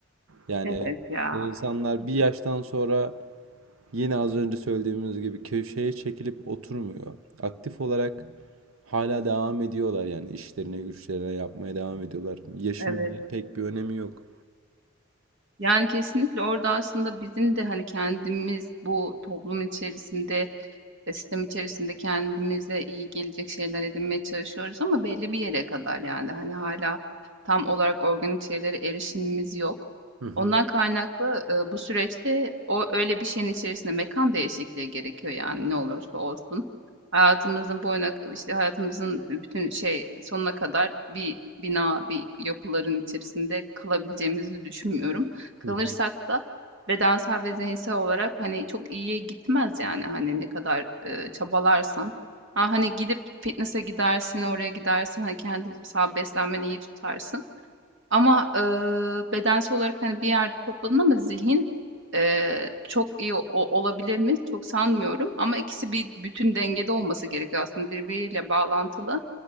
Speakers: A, on the right; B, on the right.
A: Yani
B: evet ya,
A: bu insanlar bir yaştan sonra Yine az önce söylediğimiz gibi köşeye çekilip oturmuyor. Aktif olarak hala devam ediyorlar yani işlerine güçlerine yapmaya devam ediyorlar. Yaşın
B: evet.
A: pek bir önemi yok.
B: Yani kesinlikle orada aslında bizim de hani kendimiz bu toplum içerisinde E, sistem içerisinde kendimize iyi gelecek şeyler edinmeye çalışıyoruz ama belli bir yere kadar yani. Hani hâlâ tam olarak organik şeylere erişimimiz yok.
A: Hı hı.
B: Ondan kaynaklı, ııı, bu süreçte o öyle bir şeyin içerisinde mekan değişikliği gerekiyor yani ne olursa olsun. Hayatımızın boyuna işte hayatımızın bütün şey sonuna kadar bir bina, bir yapıların içerisinde kalabileceğimizi düşünmüyorum. Kalırsak
A: Hı hı.
B: da Bedensel ve zihinsel olarak, hani, çok iyiye gitmez yani, hani, ne kadar, eee, çabalarsan. Ha, hani, gidip fitnesse gidersin, oraya gidersin, hani, kendi mesela beslenmeni iyi tutarsın ama, ııı, bedensel olarak, hani, bir yerde topladın ama zihin, eee, çok iyi o olabilir mi? Çok sanmıyorum ama ikisi bir bütün dengede olması gerekiyor aslında birbiriyle bağlantılı.